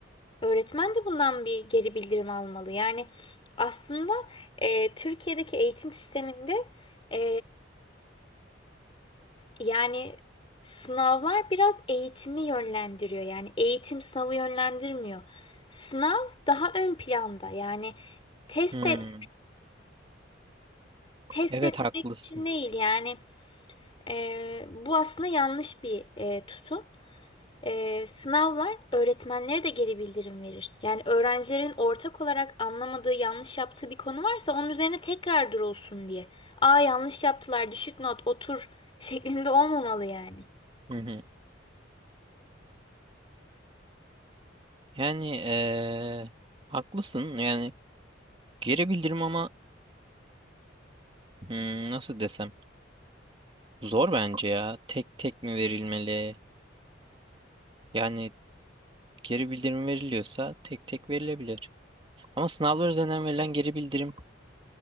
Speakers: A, on the left; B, on the right.
A: Öğretmen de bundan bir geri bildirim almalı. Yani aslında e, Türkiye'deki eğitim sisteminde e, yani sınavlar biraz eğitimi yönlendiriyor. Yani eğitim sınavı yönlendirmiyor. Sınav daha ön planda. Yani test
B: Hmm,
A: et, test
B: Evet
A: etmek
B: haklısın.
A: için değil yani. Ee, bu aslında yanlış bir e, tutum. Ee, sınavlar öğretmenlere de geri bildirim verir. Yani öğrencilerin ortak olarak anlamadığı, yanlış yaptığı bir konu varsa onun üzerine tekrar durulsun diye. Aa yanlış yaptılar, düşük not, otur <laughs> şeklinde olmamalı yani.
B: Hı hı. Yani eee, haklısın. Yani geri bildirim ama hmm, nasıl desem zor bence ya. Tek tek mi verilmeli? Yani geri bildirim veriliyorsa tek tek verilebilir. Ama sınavlar üzerinden verilen geri bildirim